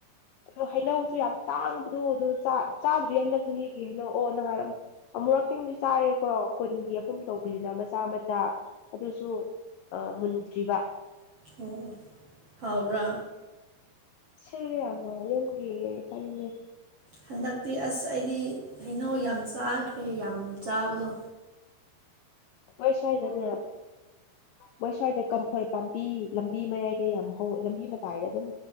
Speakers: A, on the left (about 80°); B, on the right (about 60°).
A: ꯑꯗꯣ ꯍꯩꯅꯧꯁꯨ ꯌꯥꯝ ꯇꯥꯡꯕꯗꯣ ꯑꯗꯨ ꯆꯥꯗ꯭ꯔꯤ ꯍꯟꯗꯛ ꯆꯍꯤꯒꯤ ꯍꯩꯅꯧ ꯑꯣ ꯅꯍꯥꯟ ꯑꯃꯨꯔꯛꯇꯪꯁꯨ ꯆꯥꯔꯦꯀꯣ ꯀꯨꯟꯒꯤ ꯑꯍꯨꯝ ꯇꯧꯕꯤꯗꯨꯅ ꯃꯆꯥ ꯃꯆꯥ ꯑꯗꯨꯁꯨ ꯑ ꯃꯨꯟꯗ꯭ꯔꯤꯕ
B: ꯑꯣ ꯍꯥꯎꯕ꯭ꯔꯥ
A: ꯁꯤꯦꯜꯃ ꯌꯝꯒ ꯇꯅꯤꯡꯃꯦ
B: ꯍꯟꯗꯛꯇꯤ ꯑꯁ ꯑꯩꯗꯤ ꯍꯩꯅꯧ ꯌꯥꯝ ꯆꯥꯈ꯭ꯔꯦ ꯌꯥꯝ ꯆꯥꯕꯗꯣ
A: ꯃꯣꯏ ꯁ꯭ꯋꯥꯏꯗꯅꯦ ꯃꯣꯏ ꯁ꯭ꯋꯥꯏꯗ ꯀꯝꯐꯣꯏ ꯄꯥꯝꯕꯤ ꯂꯝ ꯂꯝꯕꯤ ꯃꯌꯥꯏꯗ ꯌꯥꯝ ꯍꯧꯋ ꯂꯝꯕꯤ ꯃꯇꯥꯏꯗ ꯑꯗꯨꯝ